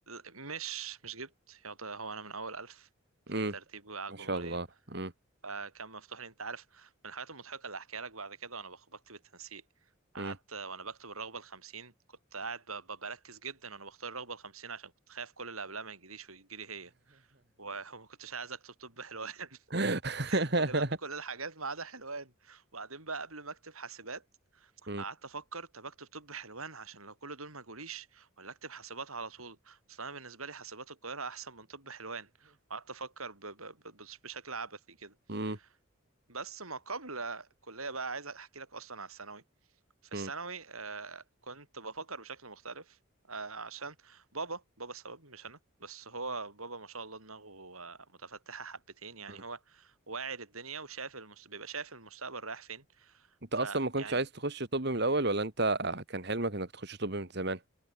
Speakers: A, on the right (about 85°); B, on the right (about 50°).
A: مش مش جبت يعطى هو انا من اول الف في
B: امم
A: الترتيب على
B: ما
A: الجمهوريه
B: شاء الله امم
A: فكان مفتوح لي انت عارف من الحاجات المضحكه اللي هحكيها لك بعد كده وانا بخ- بكتب التنسيق قعدت
B: امم
A: آه، وانا بكتب الرغبه الخمسين كنت قاعد ب- ب- بركز جدا وانا بختار الرغبه الخمسين عشان كنت خايف كل اللي قبلها ما يجيليش ويجيلي هي و- <laughs> وما كنتش عايز اكتب طب حلوان <laughs>
B: <laughs>
A: فكتبت كل الحاجات ما عدا حلوان وبعدين بقى قبل ما اكتب حاسبات
B: امم
A: قعدت افكر طب اكتب طب حلوان عشان لو كل دول ما جوليش ولا اكتب حاسبات على طول اصل انا بالنسبه لي حاسبات القاهره احسن من طب حلوان قعدت افكر ب... ب... ب... بشكل عبثي كده
B: امم
A: بس ما قبل الكليه بقى عايز احكي لك اصلا على الثانوي في الثانوي
B: امم
A: آه كنت بفكر بشكل مختلف آه عشان بابا بابا السبب مش انا بس هو بابا ما شاء الله دماغه آه، متفتحه حبتين يعني
B: امم
A: هو واعي للدنيا وشايف المست... بيبقى شايف المستقبل رايح فين
B: <laughs> انت
A: فيعني
B: اصلا ما كنتش عايز تخش طب من الاول ولا انت كان حلمك انك تخش طب من زمان